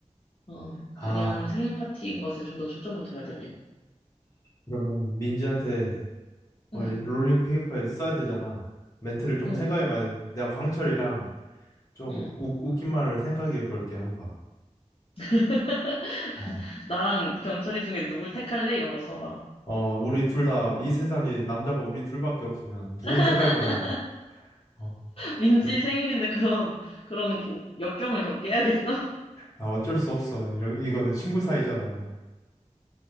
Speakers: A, on the left; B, on the left.
A: 어
B: 아,
A: 그냥 생일 파티인 것에 좀 더 초점을 둬야 돼 우린.
B: 그러면 민지한테 뭘
A: 응.
B: 롤링 페이퍼에 써야 되잖아. 멘트를 좀
A: 응.
B: 생각해봐야 돼. 내가 광철이랑 좀
A: 응.
B: 웃, 웃긴 말을 생각해 볼게, 한번.
A: <laughs>
B: 어.
A: 나랑 경철이 중에 누굴 택할래? 이런 거 써봐.
B: 어, 우리 둘 다 이 세상에 남자가 우리 둘밖에 없으면 누굴
A: <laughs>
B: 택할 거냐고. 어,
A: 민지
B: 그래.
A: 생일인데 그런, 그런 역경을 겪게 해야겠어? <laughs>
B: 아, 어쩔 수 없어. 이러, 이거는 친구 사이잖아.